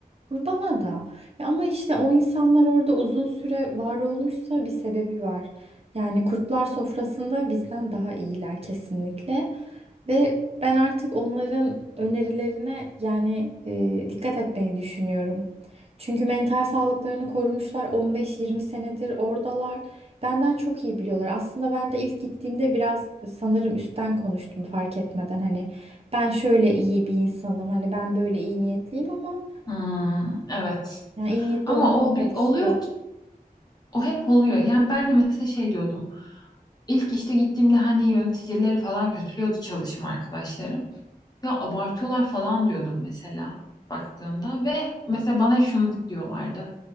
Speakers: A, on the right; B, on the left.
A: Bana da. Ya ama işte o insanlar orada uzun süre var olmuşsa bir sebebi var. Yani kurtlar sofrasında bizden daha iyiler kesinlikle. Ve ben artık onların önerilerine yani e, dikkat etmeyi düşünüyorum. Çünkü mental sağlıklarını korumuşlar 15-20 senedir oradalar. Benden çok iyi biliyorlar. Aslında ben de ilk gittiğimde biraz sanırım üstten konuştum fark etmeden. Hani ben şöyle iyi bir insanım, hani ben böyle iyi niyetliyim ama
B: Hmm, evet.
A: yani iyi niyetli
B: Ama
A: olmanın
B: o
A: faydası
B: bir, oluyor,
A: yok.
B: o hep oluyor. Yani ben de mesela şey diyordum. İlk işte gittiğimde hani yöneticileri falan kötülüyordu çalışma arkadaşlarım. Ya abartıyorlar falan diyordum mesela baktığında ve mesela bana şunu diyorlardı.